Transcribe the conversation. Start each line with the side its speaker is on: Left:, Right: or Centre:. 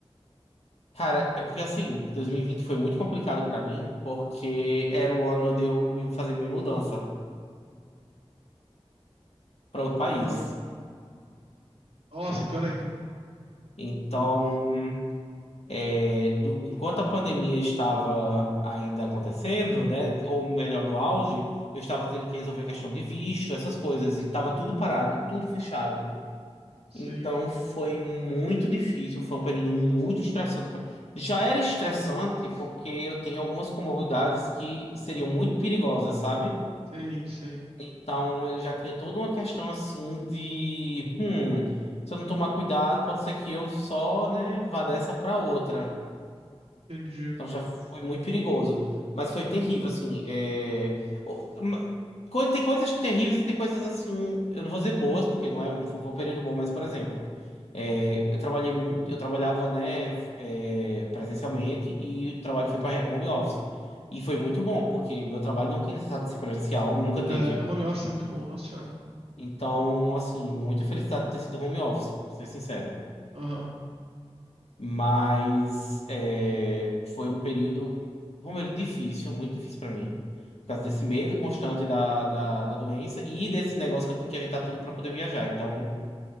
Left: Cara, é porque assim, 2020 foi muito complicado pra mim, porque era o ano de eu me- fazer minha mudança pra outro país,
Right: droga. Nossa,
Left: né?
Right: pior ainda.
Left: Então, é, do- enquanto a pandemia estava ainda acontecendo, né? Ou melhor, no auge, eu estava tendo que resolver questão de visto, essas coisas, e estava tudo parado, tudo fechado.
Right: Sim,
Left: Então foi muito difícil, foi um período muito estressante. pra- Já era estressante porque eu tenho algumas comorbidades que seriam muito perigosas, sabe?
Right: sim, sim.
Left: Então eu já tinha toda uma questão assim de, hum, se eu não tomar cuidado, pode ser que eu só, né, vá dessa pra outra.
Right: Entendi.
Left: Então já foi muito perigoso. Mas foi terrível, assim. É... o- ma- co- Tem coisas terríveis e tem coisas assim. Eu não vou dizer boas, porque não é, não foi um período bom, mas, por exemplo, é, eu trabalhei muito, eu trabalhava, né, é, presencialmente e o trabalho foi para home office. E foi muito bom, porque meu trabalho não tinha necessidade de ser presencial, nunca teve.
Right: É, home office é muito bom, nossa senhora.
Left: Então, assim, muita felicidade de ter sido home office, pra ser sincero.
Right: Aham,
Left: Mas é, foi um período, como eu disse, difícil, muito difícil para mim, por causa desse medo constante da, da, da doença e desse negócio que eu tinha que ajeitar tudo para poder viajar. Então,